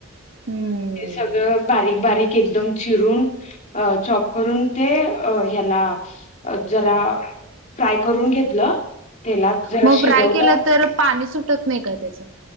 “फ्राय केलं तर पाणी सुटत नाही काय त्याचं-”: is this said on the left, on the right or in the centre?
Right